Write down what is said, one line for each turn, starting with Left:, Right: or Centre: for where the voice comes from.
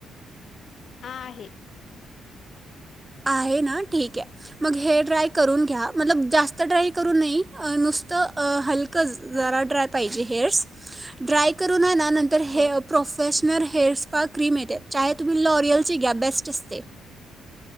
Left: हा आहे.
Right: आहे ना ठीक आहे. मग हेअर ड्राय करून घ्या. मतलब जास्त ड्राय करून नाही नुसतं हलकं
Left: हां
Right: जरा ड्राय पाहिजे हेअरस ड्राय करून हाय ना नंतर
Left: हो
Right: हे professional hair spa cream येते च्याय तुम्ही लोरियलची घ्या बेस्ट असते.